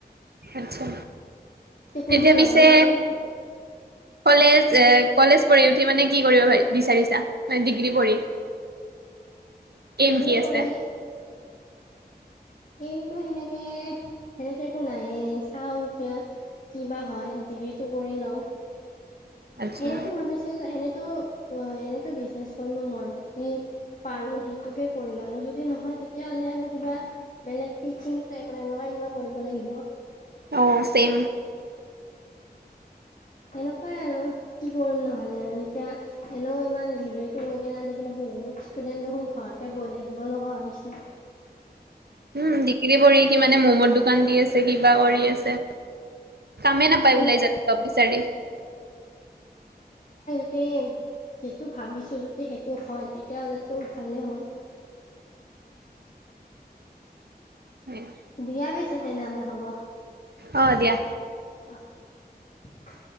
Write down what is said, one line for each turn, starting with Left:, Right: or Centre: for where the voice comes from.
Right: আচ্ছা
Left: তে কোনোবা
Right: তেতিয়া পিছে
Left: লগৰ থাকিলে
Right: কলেজ এ কলেজ পঢ়ি উঠি মানে কি কৰিবাৰ বিচাৰিছা মানে ডিগ্ৰী পঢ়ি। এইম
Left: ডিগ্ৰী
Right: কি আছে?
Left: পঢ়ি এইমটো সেনেকে, সেনেকে একো নায়ে। চাও এতিয়া কি বা হয়? ডিগ্ৰীটো কৰি লওঁ
Right: আচ্ছা
Left: এনেতো ভাবিছিল এনেতো অ এনেতো বিজনেছ কৰিব মন, যি পাৰো সেইটোকে কৰিম আৰু। যদি নহয় তেতিয়াহলে আৰু কিবা বেলেগ টিচিং টাইপৰ এনেকুৱাই কিবা কৰিব লাগিব।
Right: অ চেইম।
Left: <inaudible> এনেকুৱাই আৰু, কি কৰিম নহলে আৰু? এতিয়া এনেও ইমান ধে টো লৈ কিনে আজিকালি বহুত ষ্টুডেন্ট দেখোন ঘৰতে বৈ থাকিব লগা হৈছে।
Right: উম ডিগ্ৰী পঢ়ি কিমানে মমৰ দোকান দি আছে কিবা কৰি আছে। কামেই নাপায়
Left: এনে
Right: ওলাই যাব যব বিচাৰি
Left: <unintelligible> যিটো ভাবিছো যদি সেইটো হয় তেতিয়াহ'লেটো ভালে হ'ল।
Right: উম।
Left: দিয়া পাইছে তেনেহলে হ'ব।
Right: অ দিয়া।
Left: অ অ <unintelligible>